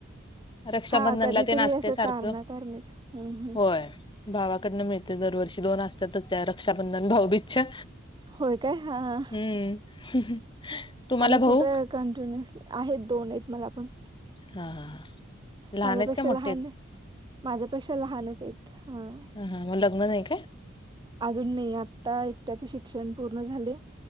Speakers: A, on the left; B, on the right.
A: रक्षाबंधनला
B: हा कधीतरी
A: नती आसतय
B: असं
A: सारखं
B: कारणा कारणीच हम्म हम्म
A: बर. भावाकडनं मिळते दरवर्षी दोन असतातच त्या रक्षाबंधन भाऊबीजच्या.
B: होय काय हा
A: हम्म तुम्हाला
B: आणि
A: भाऊ?
B: कुठे कंटिन्यु आहेत दोन आहेत मला पण.
A: हा हा हा. लहान
B: माझ्यापेक्षा
A: आहेत का मोठे
B: लहान
A: आहेत?
B: माझ्यापेक्षा लहानच आहेत. हा
A: ह हां मग लग्न नाही काय?
B: अजून नाही आता एकट्याच शिक्षण पूर्ण झाले